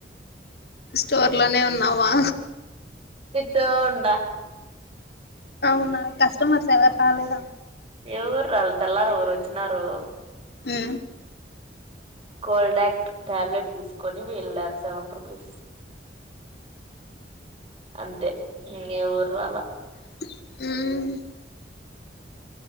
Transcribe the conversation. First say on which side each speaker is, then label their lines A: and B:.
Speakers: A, on the left; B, on the right.
A: స్టోర్ ఇంట్లోనే ఉన్నావా
B: కూర్చోండా
A: అవునా కస్టమర్స్ ఎవరు రాలేదా
B: ఎవరు రాళ్ల తెల్లారి ఒకరోచినారు
A: హ
B: కోల్ క్ట్ టాబ్లెట్ తీసుకొని వేళ్లారు సెవెన్ రూపీస్ అంతే ఇంగెవురాళ్ళ
A: మ్